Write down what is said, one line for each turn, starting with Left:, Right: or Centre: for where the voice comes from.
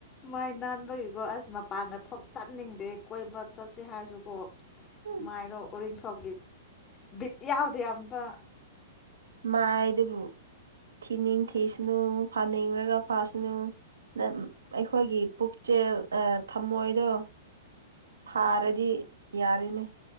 Left: ꯃꯥꯏ ꯅꯥꯟꯕꯒꯤꯀꯣ ꯑꯁ ꯃꯄꯥꯟꯒ ꯊꯣꯛ ꯆꯠꯅꯤꯡꯗꯦ ꯀꯣꯏꯕ ꯆꯠꯁꯤ ꯍꯥꯏꯔꯁꯨꯀꯣ
Right: ꯎꯝ
Left: ꯃꯥꯥꯏꯗꯣ ꯑꯣꯏ ꯕꯤꯠ ꯌꯥꯎꯗꯦ ꯑꯃꯇ
Right: ꯃꯥꯥꯏꯗꯕꯨꯨ ꯊꯤꯅꯤꯡ ꯊꯤꯁꯅꯨ
Left: ꯑꯁ
Right: ꯐꯥꯅꯤꯡꯔꯒ ꯐꯥꯁꯤꯅꯨ ꯅ ꯑꯩꯈꯣꯏꯒꯤ ꯄꯨꯛꯆꯦꯜ ꯊꯝꯃꯣꯏꯗꯣ ꯐꯔꯗꯤ ꯌꯥꯔꯦꯅꯦ